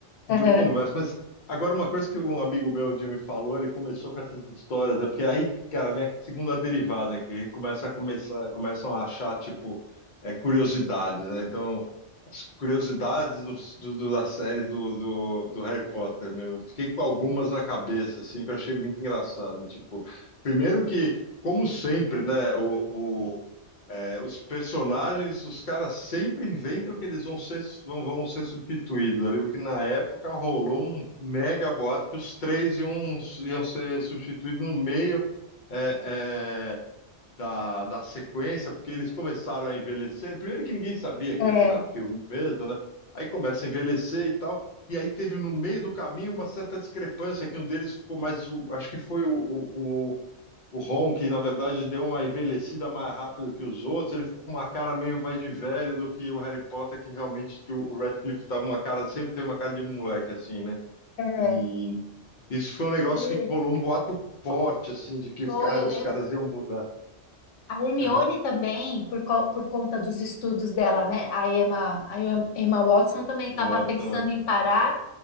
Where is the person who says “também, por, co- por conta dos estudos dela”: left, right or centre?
Left